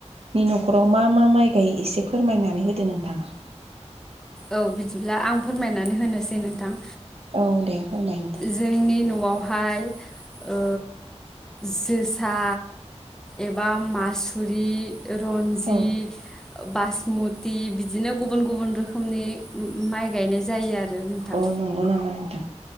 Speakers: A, on the right; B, in the centre.
A: नि न'खराव मा मा माइ गायो एसे फोरमायनानै होदो नोंथाङा
B: औ बिदिब्ला आं फोरमायनानै होनोसै नोंथां
A: औ दे फोरमाय नोंथां
B: जोंनि न'आवहाय ओ जोसा एबा मासुरि रन्जित
A: औ
B: बास मुति बिदिनो गुबुन गुबुन रो खोमनि माइ गायनाय जायो आरो नोंथां
A: अ नंगौ नामा नोंथां